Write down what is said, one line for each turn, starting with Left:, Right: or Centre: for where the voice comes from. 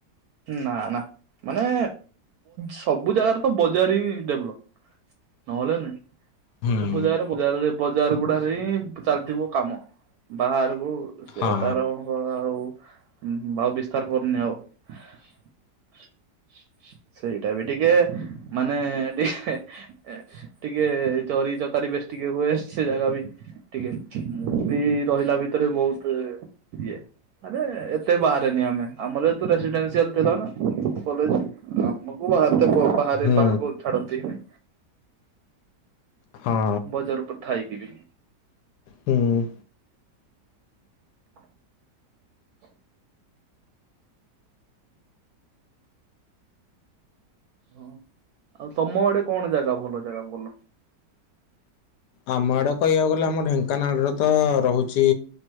Right: ନା, ନା ମାନେ ସବୁ ଜାଗାରେ ତ ବଜାର ହିଁ ଡେଭଲପ୍ ନହେଲେ ନାଇଁ।
Left: ହୁଁ
Right: ସବୁ ଜାଗାରେ ବଜାରରେ, ବଜାର ଗୁଡାରେ ହିଁ ଚାଲିଥିବ କାମ। ବାହାରକୁ ସେ
Left: ହଁ।
Right: ତାରଙ୍କ ଆଉ ବାଉ ବିସ୍ତାର କରନି ଆଉ। ଲ <unintelligible> ସେଇଟା ବି ଟିକେ, ମାନେ ଟିକେ ଏ ଟିକେ ଚୋରି ଚକାରି ବେଶୀ ଟିକେ ହୁଏ। ସେ ଜାଗା ବି ଟିକେ। ମୁଁ ବି ରହିଲା ଭିତରେ ବହୁତ ଇଏ ମାନେ ଏତେ ବାହାରେନି ଆମେ। ଆମର ରେସିଡେନ୍ସିଆଲ ଥିଲା ନା କଲେଜ। ଆମକୁ ବା ବାହାରେ,
Left: ହୁଁ
Right: ବାହାରକୁ ଛାଡ଼ନ୍ତି ନାହିଁ।
Left: ହଁ
Right: ବଜାର ଉପରେ ଥାଇକି ବି।
Left: ହୁଁ।
Right: <unintelligible> ହଁ ଆଉ ତମ ଆଡେ କଣ ଜାଗା ଭଲ ଜାଗା ଭଲ?
Left: ଆମ ଆଡ଼େ କହିବାକୁ ଗଲେ ଆମ ଢେଙ୍କାନାଳରେ ତ ରହୁଛି